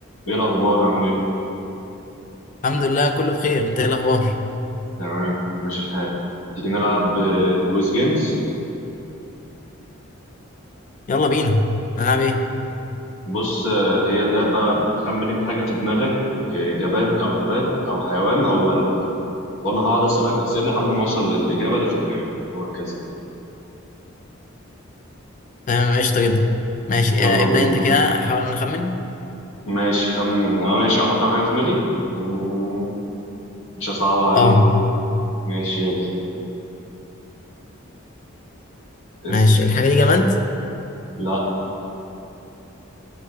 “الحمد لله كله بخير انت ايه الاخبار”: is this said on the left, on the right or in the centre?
Left